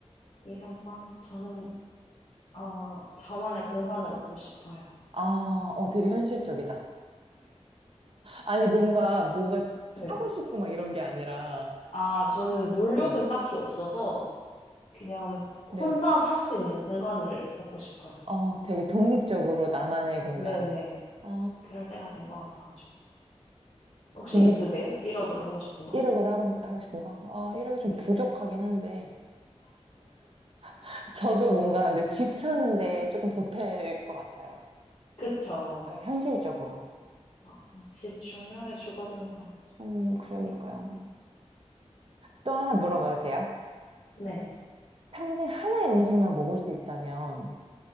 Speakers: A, on the left (about 65°); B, on the right (about 55°).
A: 이라고 한, 저는, 어, 저만의 공간을 얻고 싶어요.
B: 아, 어, 되게 현실적이다. 아니, 뭔가, 뭐가 사고
A: 네.
B: 싶고 막 이런 게 아니라,
A: 아, 저는 물욕은
B: 네.
A: 딱히 없어서 그냥
B: 네.
A: 혼자 살 수 있는 공간을 얻고 싶어요.
B: 어, 되게 독립적으로 나만의 공간.
A: 네네.
B: 아,
A: 그럴 때가 된 것 같아가지고. 혹시
B: 독립
A: 있으세요? 1억으로 하고 싶은 거?
B: 1억으로 하고, 하고 싶은가? 아, 1억이 좀
A: 네.
B: 부족하긴 한데. <laughs> 저도 뭔가 근데 집 사는데 조금 보탤 것 같아요.
A: 그쵸.
B: 예, 현실적으로.
A: 맞아. 집 중요해, 주거 공간.
B: 음, 그러니까요. 또 하나 물어봐도 돼요?
A: 네.
B: 평생 하나의 음식만 먹을 수 있다면